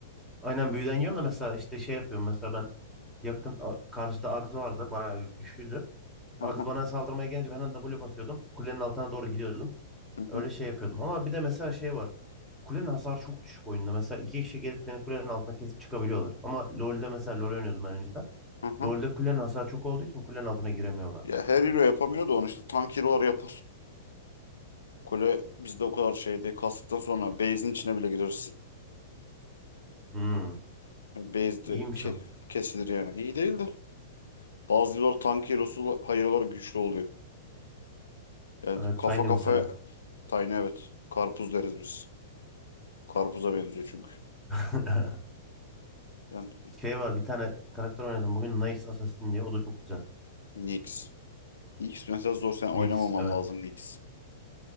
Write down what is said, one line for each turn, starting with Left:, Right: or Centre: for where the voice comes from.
Centre: aynen büyüden yan da mesela işte şey yapıyorum. Mesela ben yakın a- karşıda Agz vardı. Bayağı güçlüydü.
Left: Hı
Centre: Agz
Left: hı,
Centre: bana saldırmaya gelince ben hemen W basıyordum. Kulenin altına doğru gidiyordum.
Left: hı
Centre: Öyle
Left: hı,
Centre: şey yapıyordum. Ama bir de mesela şey var. Kulenin hasarı çok düşük oyunda. Mesela iki kişi gelip seni kulenin altına kesip çıkabiliyorlar. Ama LoL'de mesela LoL oynuyordum ben önceden.
Left: hı hı.
Centre: LoL'de kulenin hasarı çok olduğu için kulenin altına giremiyorlardı.
Left: Ya her hero yapamıyor da onu işte tank hero'lar yap Kule bizde o kadar şey değil. Kastıktan sonra base'in içine bile gireriz.
Centre: Hmm,
Left: Yani base de
Centre: iyiymiş
Left: ke-
Centre: o.
Left: kesilir yani. İyi değil de. Bazı yıllar tank hero'su hayır olarak güçlü oluyor. Yani
Centre: Evet,
Left: kafa
Centre: Tiny
Left: kafaya
Centre: mesela.
Left: Tiny evet. Karpuz deriz biz. Karpuza benziyor çünkü.
Centre: <laughs>
Left: Yani
Centre: Şey var bir tane karakter oynadım bugün Nyx Assassin diye o da çok güzel.
Left: Nyx. Nyx mesela zor sen oynamaman
Centre: Nyx evet.
Left: lazım Nyx.